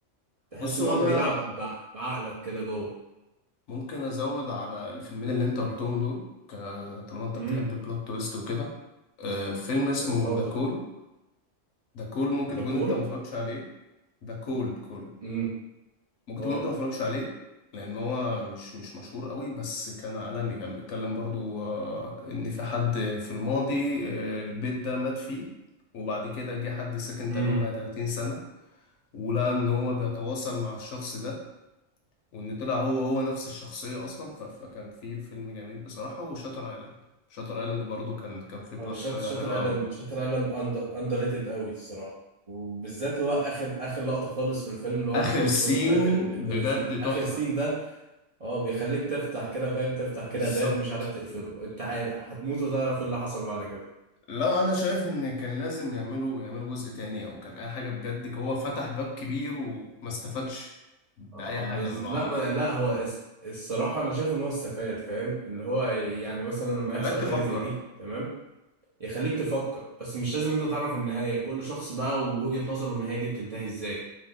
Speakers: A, on the right (about 45°); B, on the left (about 70°).
A: تحس
B: بص
A: إن
B: هو
A: هو
B: انا
A: بيلعب بع... بعقلك كده جوه
B: ممكن ازود على الفيلمين اللي انت قلتهم دول ك- طالما انت
A: امم
B: بتحب البلوت تويست وكده آه، فيلم اسمه
A: اتفضل
B: ذا كول ذا كول ممكن
A: ذا
B: تكون
A: كول
B: انت ما اتفرجتش عليه ده كول كول
A: امم
B: ممكن
A: اه
B: تكون انت ما اتفرجتش عليه لان هو مش مش مشهور قوي بس كان عالمي كان بيتكلم برضو آه، ان في حد في الماضي آه، البيت ده مات فيه وبعد كده جه حد ساكن
A: امم
B: تقريبا بقى 30 سنة ولقى ان هو بيتواصل مع الشخص ده وان طلع هو هو نفس الشخصية اصلا ف- فكان في الفيلم جميل بصراحة وشاتر ايلاند شاتر ايلاند برضو كان كان فيه بلوت
A: أو شات شاتر
B: حلو
A: ايلاند
B: قوي
A: شاتر ايلاند اندر اندر ريتد قوي الصراحه وبالذات اللي هو اخر اخر لقطه خالص في الفيلم اللي هو
B: اخر
A: البلوت
B: سين
A: تويست ده كان ابن
B: بجد
A: لذين اخر
B: تحفة
A: سين ده اه بيخليك تفتح كده فاهم تفتح كده
B: بالظبط
A: باب مش عارف تقفله انت عارف هتموت وتعرف ايه اللي حصل بعد كده
B: لا انا شايف ان كان لازم يعملوا يعملوا جزء تاني او كان اي حاجه بجد هو فتح باب كبير وما استفادش باي
A: آه،
B: حاجه
A: بز...
B: من اللي
A: لا
B: هو عملها
A: ب... لا هو اس... الصراحه انا شايف ان هو استفاد فاهم اللي هو يعني مثلا لما
B: خلاك
A: يحصل
B: تفكر
A: حاجه زي دي تمام يخليك تفكر بس مش لازم انت تعرف النهايه كل شخص بقى ووجهه نظره النهايه دي بتنتهي ازاي